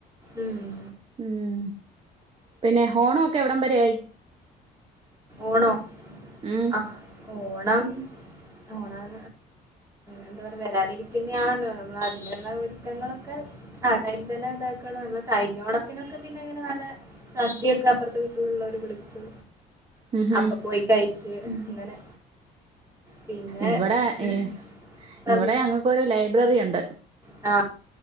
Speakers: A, on the right (about 20°); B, on the right (about 35°).
A: ഉം.
B: ഉം പിന്നെ ഹോണൊക്കെ എവിടം വരെയായി
A: ഓണോ
B: ഉം
A: ആ ഓണം ഓണം എന്താ പറ വരാനിരിക്കുന്ന ആണല്ലോ നമ്മൾ അതിനുള്ള ഒരുക്കങ്ങളൊക്കെ ആ ടൈമിൽ തന്നെ ഇതാക്കാണ് നമ്മ കഴിഞ്ഞ ഓണത്തിനൊക്കെ പിന്നെ അങ്ങനെ നല്ല സദ്യൊക്കെ അപ്പുറത്തെ വീട്ടിലുള്ളവര് വിളിച്ചു
B: ഉം ഹും
A: അപ്പൊ പോയി കയിച്ച് അങ്ങനെ പിന്നെ
B: ഇവിടെ
A: ഉം,
B: ഏ
A: പറഞ്ഞു
B: ഇവിടെ ഞങ്ങക്കൊരു ലൈബ്രറിയൊണ്ട്
A: ആ